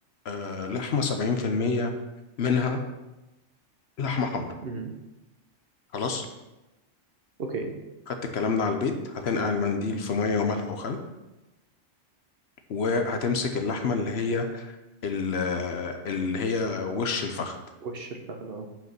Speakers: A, on the left; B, on the right.
A: آه، لحمه 70% منها لحمه حمرا
B: امم
A: خلاص
B: اوكي
A: خدت الكلام ده على البيت هتنقع المنديل في ميه وملح وخل وهتمسك اللحمه اللي هي ال- آه، اللي هي وش الفخذ
B: وش الفخدة اه